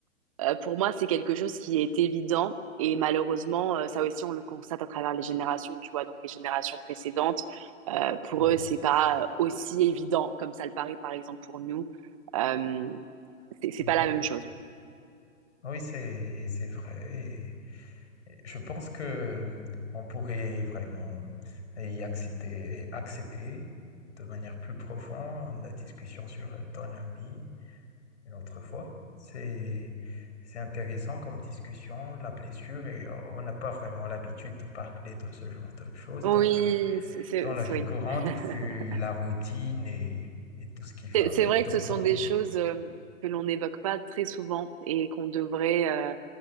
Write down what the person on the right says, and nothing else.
euh, pour moi, c'est quelque chose qui est évident. Et malheureusement, euh, ça aussi, on le constate à travers les générations, tu vois. Donc, les générations précédentes, euh, pour
eux, c'est pas
euh, aussi évident comme ça le paraît, par exemple, pour nous. Euh, c'est c'est
pas la même chose.
Oui,
c'est, c'est-
c'est-
oui.
<laughs>
C'est
c'est vrai
que ce sont
des choses euh, que l'on n'évoque pas très souvent et qu'on devrait euh,